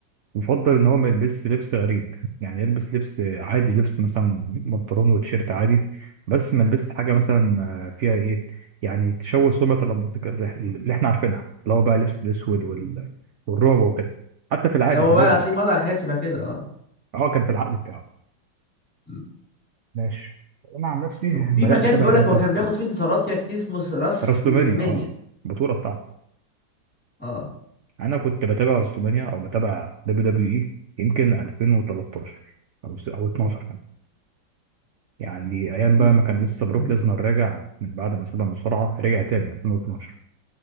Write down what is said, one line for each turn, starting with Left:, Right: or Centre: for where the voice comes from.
Right: يفضل ان هو ما يلبسش لبس غريب يعني يلبس لبس عادي لبس مثلا بنطلون وتيشيرت عادي بس ما يلبسش حاجه
Centre: أمم.
Right: مثلا آه، فيها ايه يعني تشوه سمعه الاندرتيكر اللي إح- اللي احنا عارفينها اللي هو بقى لبس الاسود وال- والرعب وكده حتى في العادي
Centre: لو هو
Right: في البابليك
Centre: بقى هتلاقيه مضى على حاجات شبه كده اه
Right: اه كان في العقد بتاعه
Centre: أمم.
Right: ماشي انا عن نفسي
Centre: في
Right: بدات
Centre: مكان
Right: اتابع
Centre: بيقول
Right: امتى
Centre: لك هو كان بياخد فيه انتصارات كده كتير اسمه راس
Right: راسلومانيا
Centre: المنيا
Right: اه البطوله بتاعته
Centre: اه
Right: انا كنت بتابع راسلومانيا او بتابع دبليو دبليو اي يمكن 2013 او س- او 12 كمان يعني ايام
Centre: مم.
Right: بقى ما كان لسه بروك
Centre: مم.
Right: ليزنر راجع من بعد ما ساب المصارعه رجع تاني 2012